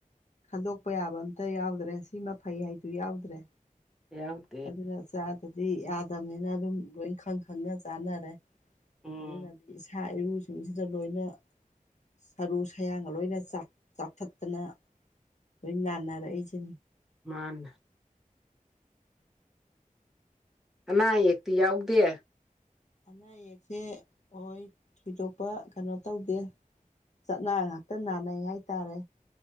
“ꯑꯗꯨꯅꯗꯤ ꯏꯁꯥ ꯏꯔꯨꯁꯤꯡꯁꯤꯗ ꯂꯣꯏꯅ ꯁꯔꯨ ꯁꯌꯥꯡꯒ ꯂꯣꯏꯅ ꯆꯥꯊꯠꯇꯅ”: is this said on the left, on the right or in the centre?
Left